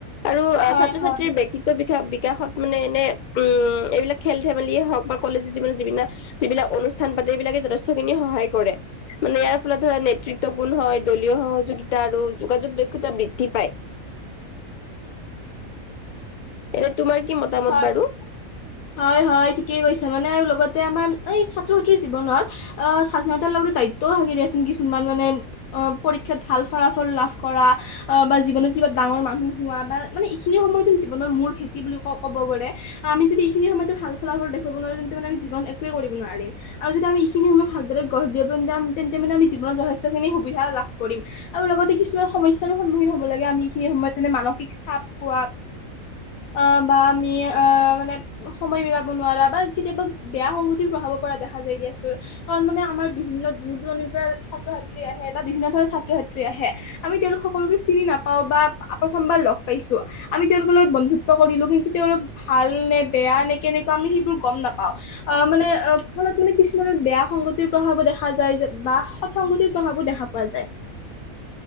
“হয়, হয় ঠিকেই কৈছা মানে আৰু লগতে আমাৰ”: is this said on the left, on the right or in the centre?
Left